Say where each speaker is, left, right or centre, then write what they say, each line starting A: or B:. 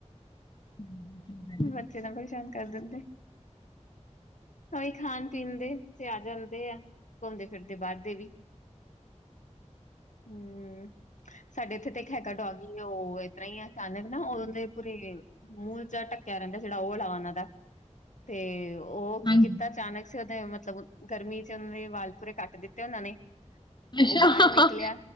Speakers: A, on the left; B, on the left.
A: <inaudible>
B: ਬੱਚੇ ਤਾਂ ਪਰੇਸ਼ਾਨ ਕਰ ਦਿੰਦੇ, ਤਾਂਹੀ ਖਾਣ- ਪੀਣ ਦੇ ਇੱਥੇ ਆ ਜਾਂਦੇ ਆ, ਘੁੰਮਦੇ ਫਿਰਦੇ ਬਾਹਰ ਦੇ ਵੀ। ਹੂੰ, ਸਾਡੇ ਇਥੇ ਤੇ ਇੱਕ ਹੈਗਾ ਡੌਗੀ, ਉਹ ਇਤਰ੍ਹਾਂ ਈ ਐ ਅਚਾਨਕ ਨਾ ਉਦੋਂ ਦੇ ਪੂਰੀ ਮੂੰਹ ਜਾ ਢੱਕਿਆ ਰਹਿੰਦਾ ਜਿਹੜਾ ਉਹ ਵਾਲਾ ਉਹਨਾਂ ਦਾ, ਤੇ ਉਹ ਕੀ
A: ਹਾਂਜੀ
B: ਕੀਤਾ ਅਚਾਨਕ ਸੀ, ਉਹਦੇ ਮਤਲਬ ਗਰਮੀ ਚ ਉਹਨਾਂ ਦੇ ਵਾਲ ਪੂਰੇ ਕੱਟ ਦਿੱਤੇ ਉਹਨਾਂ ਨੇ। ਤੇ
A: ਅੱਛਾ
B: ਉਹ ਬਾਹਰ ਨਿਕਲਿਆ